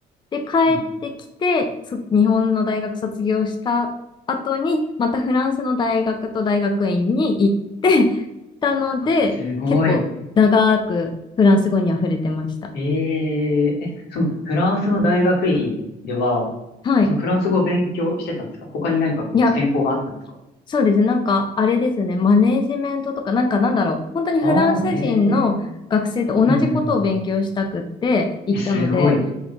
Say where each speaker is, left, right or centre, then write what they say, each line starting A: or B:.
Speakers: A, on the left; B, on the left.
A: で、帰ってきて、
B: うん。
A: そ日本の大学卒業した後に、またフランスの大学と大学院に行ってたので、
B: あ、すごい。
A: 結構長くフランス語に溢れてました。
B: えええ、そのフランスの大学院では、
A: はい。
B: そのフランス語を勉強してたんですか他に何かこう専攻があったんですか
A: いや、そうですね。なんか、あれですね。マネージメントとか、なんかなんだろう。本当にフランス人の学生と同じことを勉強したくって行ったので、
B: ああー、へえ。うんうんうんうん。え、すごい。